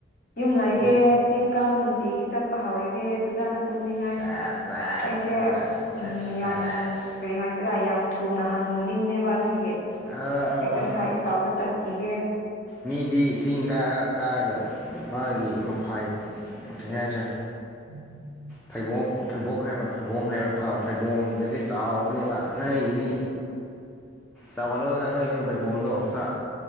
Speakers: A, on the left; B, in the centre.
A: ꯌꯨꯝ ꯂꯥꯏꯒꯦ
B: ꯍꯌꯦꯡꯗꯤ
A: ꯆꯤꯡ ꯀꯥꯕ ꯅꯨꯡꯇꯤꯒꯤ ꯆꯠꯄ ꯍꯥꯎꯔꯒꯦ ꯐꯖꯅ꯫ ꯇꯨꯝꯅꯤꯡꯉꯥꯏ
B: ꯁꯕꯥꯁ
A: ꯑꯩꯁꯦ
B: ꯁꯕꯥꯁ ꯁꯕꯥꯁ
A: ꯎꯝ
B: ꯁꯕꯥꯁ
A: ꯌꯥꯝ ꯀꯔꯤ ꯍꯥꯏꯁꯤꯔꯥ ꯌꯥꯝ ꯊꯨꯅ ꯍꯟꯅꯨꯅꯤꯡꯗꯦꯕ ꯑꯗꯨꯒꯤ
B: ꯑꯥ ꯑꯥ
A: ꯑꯦꯛꯁꯔꯁꯥꯏꯁ
B: ꯑꯥ
A: ꯇꯧꯕ ꯆꯠꯈꯤꯒꯦ
B: ꯃꯤꯗꯤ ꯆꯤꯡ ꯀꯥ ꯀꯥꯔꯒ ꯃꯥꯒꯤ ꯃꯐꯥꯏ ꯀꯩ ꯍꯥꯏꯁꯤꯔ
A: <unintelligible>
B: ꯐꯩꯕꯣꯡ ꯐꯩꯕꯣꯛ ꯍꯥꯏꯕ꯭ꯔꯥ ꯐꯩꯕꯣꯝ ꯍꯥꯏꯕ꯭ꯔꯥ ꯄ ꯐꯩꯕꯣꯝꯒꯁꯦ ꯆꯥꯎꯕꯅꯦꯕ ꯅ‌ꯣꯏꯒꯤꯗꯤ꯫ ꯆꯥꯎꯍꯜꯂꯣꯗ ꯅꯣꯏꯁꯨ ꯐꯩꯕꯣꯝꯗꯣ ꯈꯔ꯫